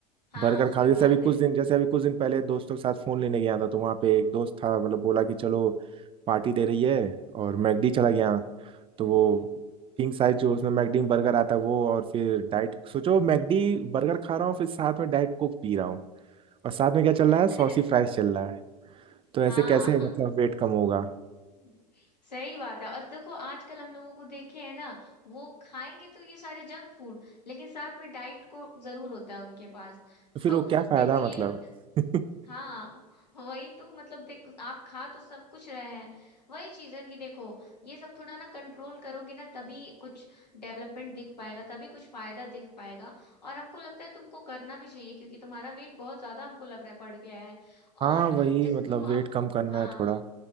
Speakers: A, on the left; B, on the right.
A: हाँ
B: बर्गर
A: सही
B: खा लूँ
A: बात
B: जैसे अभी कुछ
A: है
B: दिन जैसे अभी कुछ दिन पहले दोस्तों के साथ फोन लेने गया था तो वहाँ पे एक दोस्त था मतलब बोला कि चलो पार्टी दे रही है और मैकडी चला गया तो वो किंग साइज जो उसमें मैकडी बर्गर आता है वो और फिर डाइट सोचो मैकडी बर्गर खा रहा हूँ फिर साथ में डाइट कोक पी रहा हूँ और साथ में क्या चल
A: <laughs>
B: रहा है सॉसी फ्राइज चल रहा है तो ऐसे
A: हाँ
B: कैसे मतलब वेट कम होगा
A: हम्म, सही बात है और देखो आजकल हम लोगों को देखे है ना वो खाएंगे तो ये सारे जंक फूड लेकिन साथ में डाइट को जरूर होता है उनके पास <laughs>
B: तो फिर
A: तो
B: वो क्या फायदा
A: देखो ये
B: मतलब
A: लोग
B: <laughs>
A: हाँ वही तो मतलब देख आप खा तो सब कुछ रहे हैं वही चीज है कि देखो ये सब थोड़ा ना कंट्रोल करोगे ना तभी कुछ डेवलपमेंट दिख पाएगा तभी कुछ फायदा दिख पाएगा और हमको लगता है तुमको करना भी चाहिए क्योंकि तुम्हारा वेट बहुत ज्यादा हमको लग रहा है बढ़ गया है
B: हाँ
A: और
B: वही
A: जैसे
B: मतलब
A: तुम
B: वेट
A: अब
B: कम करना
A: हाँ
B: है थोड़ा